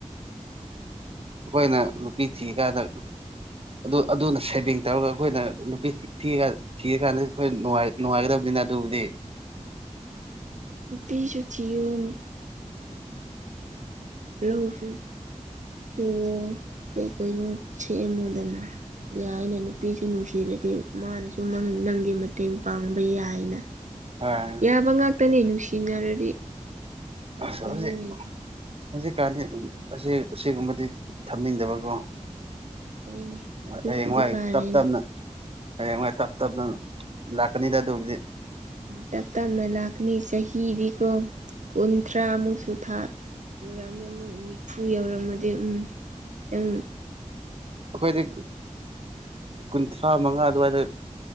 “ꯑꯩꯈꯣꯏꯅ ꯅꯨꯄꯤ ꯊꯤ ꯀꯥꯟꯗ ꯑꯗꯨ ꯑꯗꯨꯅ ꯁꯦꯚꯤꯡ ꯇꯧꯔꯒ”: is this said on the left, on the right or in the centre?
Right